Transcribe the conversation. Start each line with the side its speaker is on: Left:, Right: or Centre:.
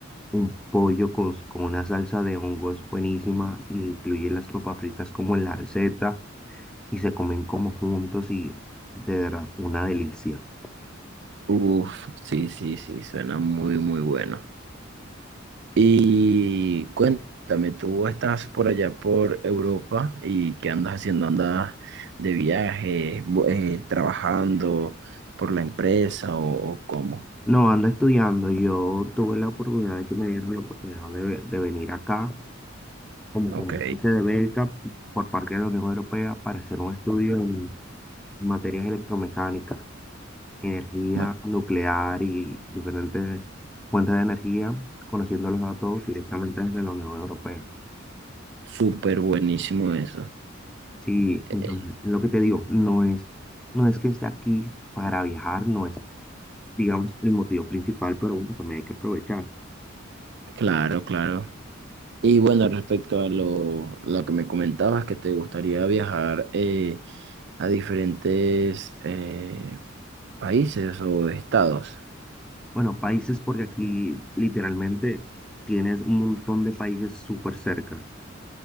Centre: un pollo con, con una salsa de hongos buenísima y incluye las papas fritas como en la receta y se comen como juntos y de verdad, una delicia.
Right: Uf, sí, sí, sí, suena muy, muy bueno. Y cuéntame, tú estás por allá por Europa y qué andas haciendo, andas de viaje, Bu- eh, trabajando por la empresa o, o cómo.
Centre: No, ando estudiando, yo tuve la oportunidad de que me dieron la oportunidad de, ve- de venir acá como
Right: Ok,
Centre: contratante de beca por parte de la Unión Europea para hacer un estudio en materias electromecánicas, energía
Right: ma-
Centre: nuclear y diferentes fuentes de energía, conociendo los datos directamente desde la Unión Europea.
Right: súper buenísimo eso.
Centre: Sí,
Right: Eh,
Centre: entonces, lo que te digo, no es, no es que esté aquí para viajar, no es digamos, el motivo principal, pero bueno, también hay que aprovechar.
Right: claro, claro. Y bueno, respecto a lo, lo que me comentabas, que te gustaría viajar eh, a diferentes eh, países o estados.
Centre: Bueno, países porque aquí literalmente tienes un montón de países súper cerca.